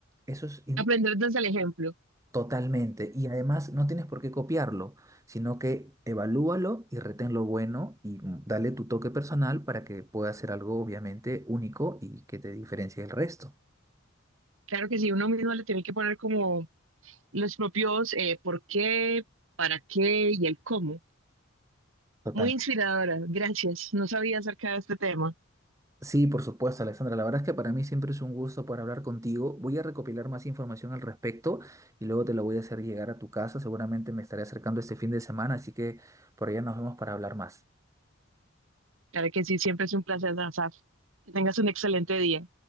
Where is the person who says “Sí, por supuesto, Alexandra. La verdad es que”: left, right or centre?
Right